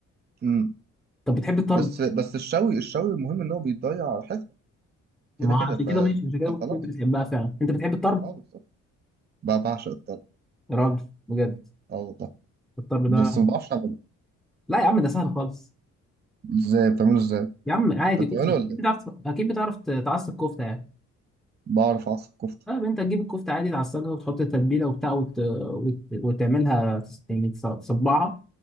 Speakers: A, on the right; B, in the centre.
A: امم
B: طب بتحب الطرب
A: بس بس الشوي الشوي المهم ان هو بيضيع ريحتها كده
B: ما
A: كده
B: عشان
A: ف...
B: كده ماشي عشان كده
A: فخلاص
B: ممكن كنت بتحبها فعلا انت بتحب الطرب
A: اه بالظبط ب- بعشق الطرب
B: يا راجل بجد
A: اه والله
B: الطرب
A: بس
B: ده
A: ما بعرفش اعمله
B: لا يا عم ده سهل خالص
A: ازاي بتعمله ازاي
B: يا عم
A: انت
B: عادي كفته
A: بتعمله ولا
B: اكيد
A: ايه
B: بتعرف اكيد بتعرف تعصب كفته يعني
A: بعرف اعصر كفته
B: اه انت تجيب الكفته عادي تعصجها وتحط التتبيله وبتاع وت... وت... وتعملها تس- يعني تص- تصبعها